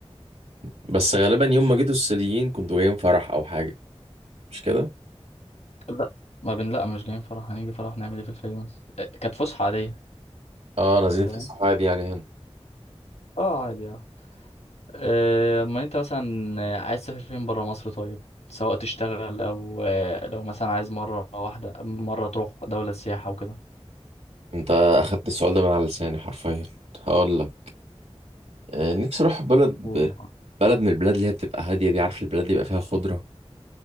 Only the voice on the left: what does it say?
لا ما بن لا مش جايين فرح هنيجي فرح نعمل ايه في الفيوم أه، كانت فسحه عاديه
انت فاهم
اه عادي اه آه، اما انت مثلا عايز تسافر فين بره مصر طيب سواء تشتغل او آه، لو مثلا عايز مره واحده مره تروح دوله سياحه وكده
قول يا معلم.